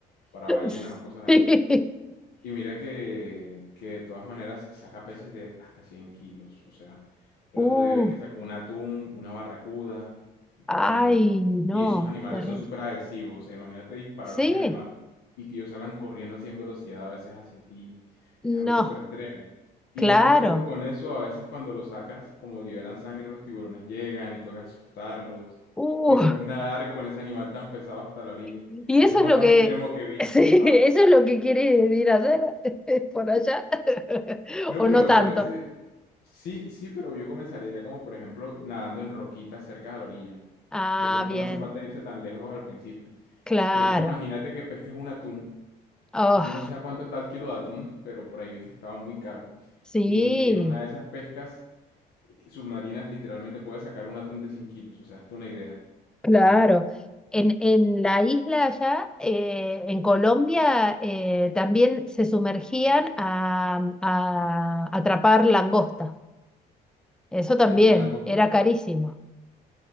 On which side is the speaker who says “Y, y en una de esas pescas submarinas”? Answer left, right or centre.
Left